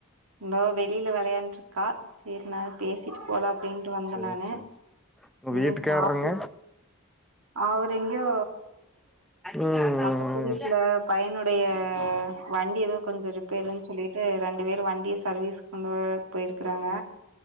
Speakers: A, on the right; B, in the centre.
A: இந்தோ வெளில வெளயாண்ட்ருக்கா சேரி நா பேசிட்டு போல அப்டின்ட்டு வந்த
B: சேரி
A: நானு
B: சேரி சேரி உங்க
A: இன்னும்
B: வீட்டுக்கார்றங்க
A: சாப்பிடல. அவரு எங்யோ
B: ம்
A: பக்கத்து வீட்ல பையனுடைய வண்டி ஏதோ கொஞ்சோ ரிப்பேருன் சொல்லி ட்டு ரெண்டு பேரு வண்டிய சர்வீஸ் கொண்டு போ போய்ருக்கறாங்க